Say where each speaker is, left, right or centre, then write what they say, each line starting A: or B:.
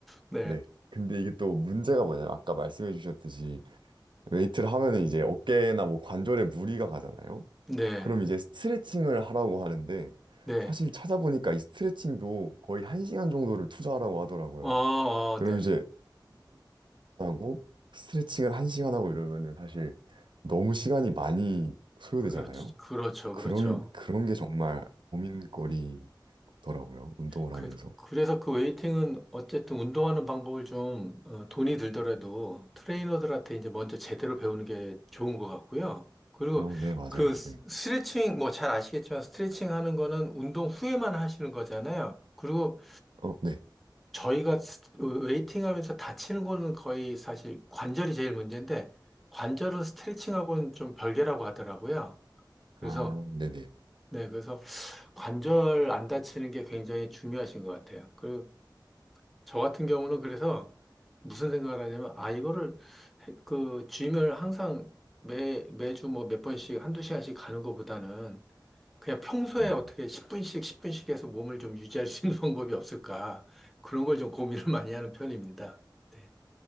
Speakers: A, in the centre; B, on the right.
A: 네.
B: 네. 근데 이게 또 문제가 뭐냐면 아까 말씀해 주셨듯이 웨이트를 하면은 이제 어깨나 뭐 관절에 무리가 가잖아요.
A: 네.
B: 그럼 이제 스트레칭을 하라고 하는데
A: 네.
B: 사실 찾아보니까 이 스트레칭도 거의 한시간 정도를 투자하라고 하더라고요.
A: 어, 어,
B: 그럼
A: 네.
B: 이제 운동하고 스트레칭을 한시간 하고 이러면은 사실 너무 시간이 많이 소요되잖아요.
A: 그렇, 그렇죠.
B: 그런
A: 그렇죠.
B: 그런 게 정말 고민거리더라고요. 운동을
A: 그,
B: 하면서.
A: 그래서 그 웨이팅은 어쨌든 운동하는 방법을 좀 어, 돈이 들더라도 트레이너들한테 이제 먼저 제대로 배우는 게 좋은 것 같고요. 그리고
B: 어, 네, 맞아요.
A: 그 스-
B: 네.
A: 스트레칭 뭐 잘 아시겠지만 스트레칭 하는 거는 운동 후에만 하시는 거잖아요. 그리고
B: 어, 네.
A: 저희가 스- 웨이팅 하면서 다치는 거는 거의 사실 관절이 제일 문제인데 관절은 스트레칭하고는 좀 별개라고 하더라고요. 그래서
B: 아, 네네.
A: 네, 그래서 관절 안 다치는 게 굉장히 중요하신 것 같아요. 그리고 저 같은 경우는 그래서 무슨 생각을 하냐면, 아, 이거를, 해- 그, 짐을 항상 매, 매주 뭐 몇 번씩, 한두 시간씩 가는 것보다는 그냥 평소에
B: 음,
A: 어떻게 10분씩, 10분씩 해서 몸을 좀 유지할 수 있는 <laughs> 방법이 없을까. 그런 걸 좀 고민을 많이 하는 편입니다. 네.